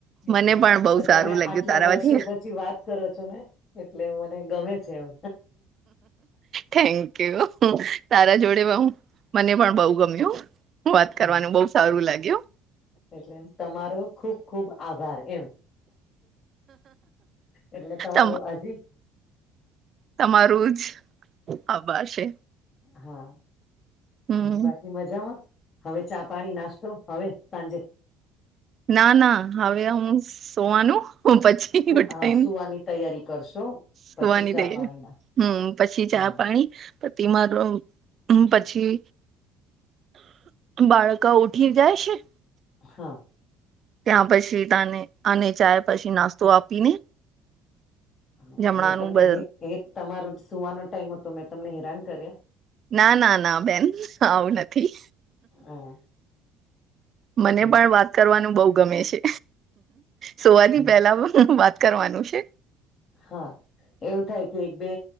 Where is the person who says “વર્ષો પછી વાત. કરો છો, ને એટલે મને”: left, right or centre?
Left